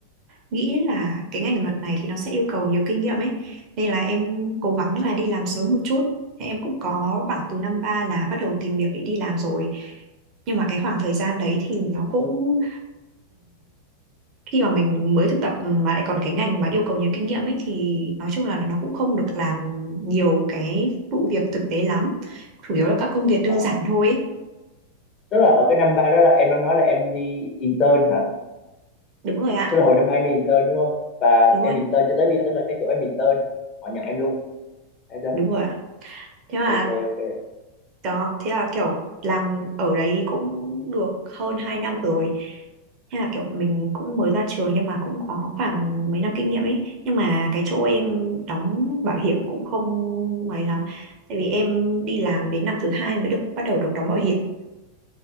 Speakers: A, on the right (about 40°); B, on the left (about 30°).
A: nghĩ là cái ngành luật này thì nó sẽ yêu cầu nhiều kinh nghiệm ấy. Nên là em cố gắng là đi làm sớm một chút. Em cũng có khoảng từ năm ba là bắt đầu tìm việc để đi làm rồi. Nhưng mà cái khoảng thời gian đấy thì nó cũng khi mà mình mới thực tập mà lại còn cái ngành mà yêu cầu nhiều kinh nghiệm ấy thì nói chung là nó cũng không được làm nhiều cái vụ việc thực tế lắm chủ yếu là các công việc đơn
B: ờ,
A: giản thôi ấy.
B: tức là ở cái năm ba đó là em đang nói là em đi intern hả
A: đúng rồi ạ
B: tức là hồi năm ba em đi intern đúng không và
A: đúng
B: em
A: rồi ạ.
B: intern cho tới bây giờ tức là cái chỗ em intern họ nhận em luôn thấy chưa
A: đúng rồi ạ thế mà
B: ok ok
A: đó thế là kiểu làm ở đấy cũng được hơn 2 năm rồi thế là kiểu mình cũng mới ra trường nhưng mà cũng có khoảng mấy năm kinh nghiệm ấy nhưng mà cái chỗ em đóng bảo hiểm cũng không ngoài lắm tại vì em đi làm đến năm thứ hai mới được bắt đầu được đóng bảo hiểm